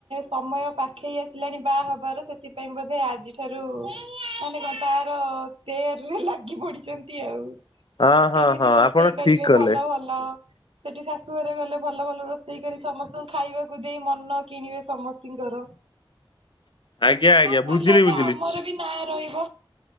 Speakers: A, on the right (about 80°); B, on the left (about 60°).
A: ସମୟ ପାଖେଇ ଆସିଲାଣି ବାହା ହବାର ସେଥିପାଇଁ, ବୋଧେ ଆଜିଠାରୁ ମାନେ କଣ? ତାର ତେୟାର ରେ ଲାଗି ପଡିଛନ୍ତି ଆଉ।
B: ହଁ ହଁ
A: କେମିତି
B: ହଁ
A: ରୋଷେଇ
B: ଆପଣ
A: କରିବେ,
B: ଠିକ କଲେ
A: ଭ ଭଲ ଭଲ ସେଠି ଶାଶୁ ଘରେ ଗଲେ, ଭଲ ଭଲ ରୋଷେଇ କରି ସମସ୍ତଙ୍କୁ ଖାଇବାକୁ ଦେଇ ମନ କିଣିବେ ସମସ୍ତିଙ୍କର।
B: ଆଜ୍ଞା ଆଜ୍ଞା
A: ହଁ,
B: ବୁଝିଲି
A: ଭଲ ଯେ
B: ବୁଝିଲି।
A: ଆମର ବି ନାଁ ରହିବ।